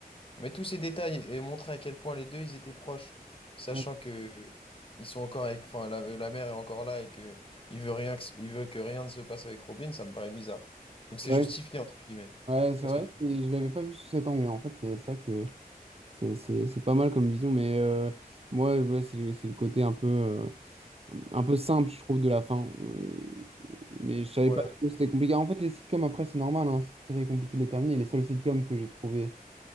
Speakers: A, on the left; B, on the right.
A: Mais tous ces détails et montrer à quel point les deux, ils étaient proches, sachant
B: ouais.
A: que euh, ils sont encore avec, enfin, la, la mère est encore là et que il veut rien, que- il veut que rien ne se passe avec Robin, ça me paraît bizarre. Donc c'est
B: Ouais,
A: justifié entre guillemets.
B: ouais, c'est
A: Parce
B: vrai,
A: que
B: et je l'avais pas vu sous cet angle. hein. En fait, c'est ça que... C'est c'est- c'est pas mal comme vision, mais euh, moi, ouais, c'est c'est le côté un peu, euh, un peu simple, je trouve, de la fin. Euh, mais je savais
A: ouais,
B: pas trop, c'était compliqué. En fait, les sitcoms, après, c'est normal, hein, c'est très compliqué de les terminer. Les seuls sitcoms que j'ai trouvé,